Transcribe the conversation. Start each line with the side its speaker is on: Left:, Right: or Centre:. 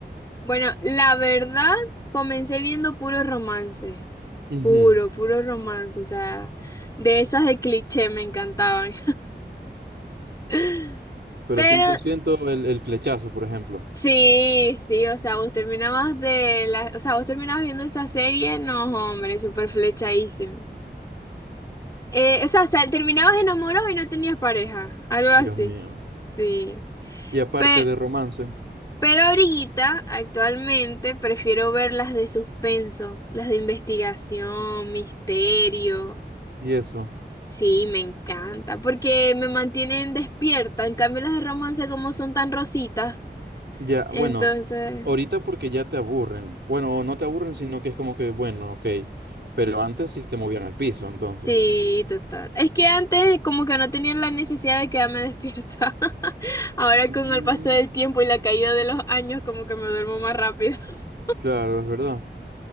Left: Bueno, la verdad, comencé viendo puro romance.
Right: Ujú.
Left: Puro, puro romance. O sea, de esas de cliché me encantaban. <laughs>
Right: Pero
Left: Pero
Right: cien por ciento el, el flechazo, por ejemplo.
Left: Sí, sí, o sea, vos terminabas de la, o sea, vos terminabas viendo esa serie, no, hombre, súper flechadísimo. Eh, o sea, o sea, terminabas enamorado y no tenías pareja, algo
Right: Dios
Left: así.
Right: mío.
Left: Sí.
Right: Y aparte
Left: Pero,
Right: de romance
Left: pero ahorita, actualmente, prefiero ver las de suspenso, las de investigación, misterio.
Right: y eso,
Left: Sí, me encanta, porque me mantienen despierta. En cambio, las de romance, como son tan rositas,
Right: ya,
Left: entonces.
Right: bueno, ahorita porque ya te aburren. Bueno, no te aburren, sino que es como que, bueno, ok, pero antes sí te movían el piso, entonces.
Left: Sí, total. Es que antes como que no tenía la necesidad de quedarme despierta. <laughs> Ahora
Right: Mm,
Left: con el paso del tiempo y la caída de los años como que me duermo más rápido. <laughs>
Right: claro, es verdad.